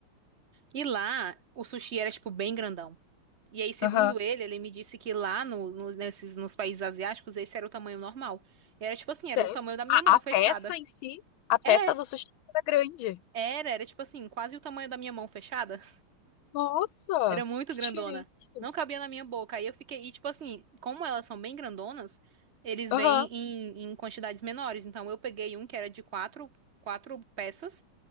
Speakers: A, on the right; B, on the left.
A: E lá, o sushi era, tipo, bem grandão. E aí, segundo
B: Aham.
A: ele, ele me disse que lá no, no- nesses, nos países asiáticos, esse era o tamanho normal. E era, tipo assim, era
B: Sério?
A: o tamanho da minha
B: A,
A: mão
B: a peça
A: fechada.
B: em si, a peça
A: É,
B: do sushi era grande.
A: era, era, tipo assim, quase o tamanho da minha mão fechada.
B: Nossa,
A: Era muito
B: que
A: grandona.
B: diferente.
A: Não cabia na minha boca. Aí eu fiquei. E, tipo assim, como elas são bem grandonas, eles
B: Aham,
A: vêm em, em quantidades menores. Então eu peguei um que era de quatro, quatro peças.